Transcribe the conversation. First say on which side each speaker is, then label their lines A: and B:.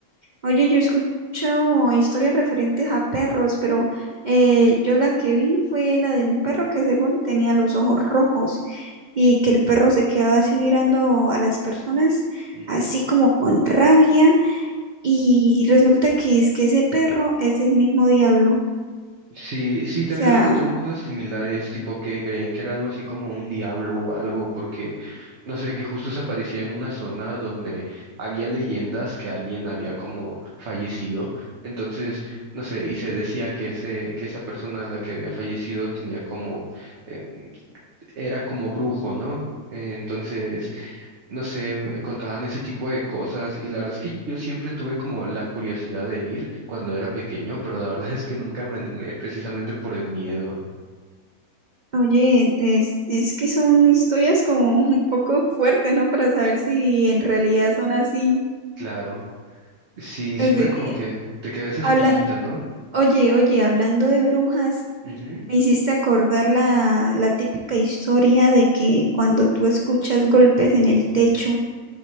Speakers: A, on the right (about 75°); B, on the right (about 55°).
A: Oye, yo he escuchado historias referentes a perros, pero eh, yo la que vi fue la de un perro que según tenía los ojos rojos y que el perro se quedaba así mirando a las personas,
B: Ujú.
A: así como con rabia Y resulta que es que ese perro es el mismo diablo.
B: Sí, sí, también
A: O sea,
B: me contaron cosas similares, tipo que creían que era algo así como un diablo o algo, porque no sé, que justo se aparecía en una zona donde había leyendas que alguien había como fallecido. Entonces, no sé, y se decía que ese, que esa persona a la que había fallecido tenía como, em, era como brujo, ¿no? Eh, Entonces, no sé, me contaban ese tipo de cosas y la verdad es que yo siempre tuve como la curiosidad de ir cuando era pequeño, pero la <laughs> verdad es que nunca me animé precisamente por el miedo.
A: oye, es, es que son historias como <laughs> un poco fuertes, ¿no? Para saber si en realidad son así.
B: Claro, sí,
A: Pues,
B: siempre
A: eh,
B: como
A: eh,
B: que te queda esa espinita,
A: habla,
B: ¿no?
A: oye, oye, hablando de brujas,
B: Ujú.
A: me hiciste acordar la, la típica historia de que cuando tú escuchas golpes en el techo